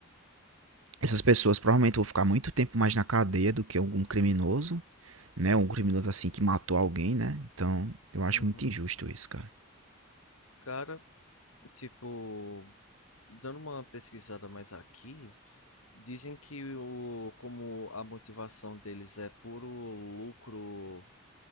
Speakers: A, on the right; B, on the left.
A: essas pessoas provavelmente vão ficar muito tempo mais na cadeia do que algum criminoso, né? Um criminoso assim que matou alguém, né? Então, eu acho
B: Uhum.
A: muito injusto isso, cara.
B: Cara, Tipo, dando uma pesquisada mais aqui, dizem que o, como a motivação deles é puro lucro